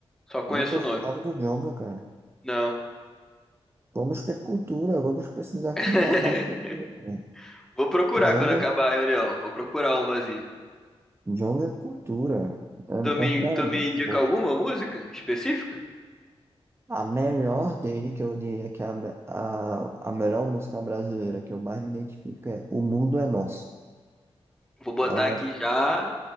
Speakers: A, in the centre; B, on the right (about 25°).
A: Só conheço
B: Nunca ouvi
A: o nome.
B: nada do Djonga, cara.
A: Não.
B: Vamos ter cultura, vamos precisar
A: <laughs>
B: ter ma- mais cultura. né?
A: Vou procurar
B: Djonga,
A: quando acabar a reunião. Vou procurar umazinha.
B: Djonga é cultura. É,
A: Tu me,
B: é, sério,
A: tu
B: é muito
A: me indica
B: boa.
A: alguma música específica?
B: A melhor dele, que eu diria que é a, me- a, a melhor música brasileira que eu mais me identifico é O Mundo é Nosso.
A: Vou botar
B: É,
A: aqui já